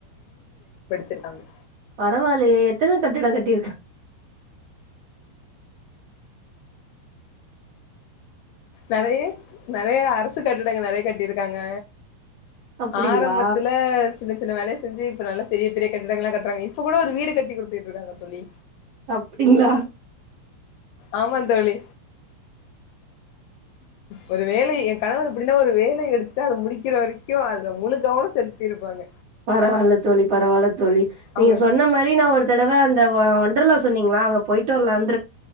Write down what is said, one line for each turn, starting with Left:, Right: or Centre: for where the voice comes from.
Left: படிச்சுருக்காங்க
Right: பரவாயில்லயே எத்தன கட்டிட கட்டிருக்கா
Left: நெறய நெறய அரசு கட்டிடங்க நெறய கட்டிருக்காங்க
Right: அப்டிங்களா
Left: ஆரம்பத்ல சின்ன சின்ன வேலய செஞ்சு இப்ப நல்லா பெரிய பெரிய கட்டிடங்களா கட்றாங்க இப்ப கூட ஒரு வீடு கட்டி குடுத்துட்டு இருக்காங்க தோழி
Right: அப்டிங்ளா
Left: ஆமாந்தோழி ஒரு வேலை என் கணவர் இப்டின்னா ஒருவே ஒரு பொருள எடுத்து அத முடிக்கிற வரைக்கு அதுல முழு கவனம் செலுத்தி இருப்பாங்க
Right: பரவால்ல தோழி பரவால்ல தோழி
Left: அவங்க
Right: நீங்க சொன்ன மாரி நா ஒரு ஒரு தடவ அந்த ஒண்டர்ல்லா சொன்னீங்ளா அங்க போயிட்டு வரலானு